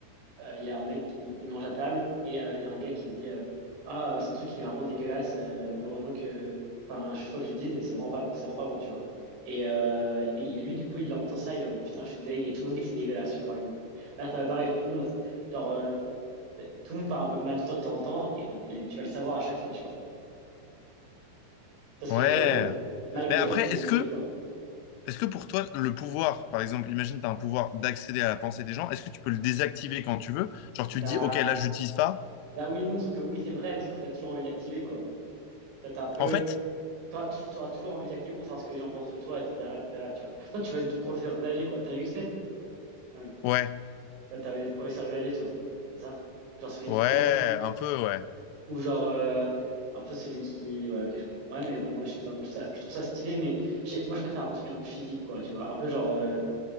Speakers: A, on the right; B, on the left.
A: euh, il y a un mec qui il mange à table et euh, il y a un gars qui dit euh, Ah, euh, son truc, il est vraiment dégueulasse, euh, mais heureusement que. Enfin, je faut que je le dise, mais c'est vraiment pas, c'est vraiment pas bon, tu vois. Et, euh, et lui, du coup, il entend ça, il est en mode Putain, je suis deg, et tout le monde dit que c'est dégueulasse, tu vois, par exemple. Là, t'as- pareil, genre, tout le monde va, s- genre, euh, t- tout le monde parle un peu mal de toi de temps en temps, et, bah, et tu vas le savoir à chaque fois, tu vois. Tu vois ce
B: ouais.
A: que je veux dire ou pas? Malgré
B: Mais après,
A: toi, tu t'es
B: est-ce
A: niqué,
B: que
A: quoi.
B: Est-ce que pour toi, le pouvoir, par exemple, imagine tu as un pouvoir d'accéder à la pensée des gens, est-ce que tu peux le désactiver quand tu veux? Genre
A: Bah,
B: tu te dis, ok, là, je l'utilise pas.
A: bah oui, et non, sauf que oui, c'est vrai, mais sauf que t'as toujours envie de l'activer, quoi. Ça, T'es un peu.
B: En fait,
A: T'auras tou- t'auras toujours envie d'activer pour savoir ce que les gens pensent de toi, etc., etc., tu vois. Toi, tu vas être professeur Xavier, quoi. T'as vu X-Men? ouais
B: ouais,
A: Bah, t'avais des professeurs Xavier, toi. C'est ça? Genre celui
B: ouais,
A: qui pense,
B: un peu, ouais.
A: ou genre euh, un peu celui qui... Ouais, ok, je comprends. Ouais, mais bon, je sais pas, moi, je, ça- je trouve ça stylé, mais j'ai- moi, je préfère un truc un peu physique, quoi, tu vois. Un peu genre... euh,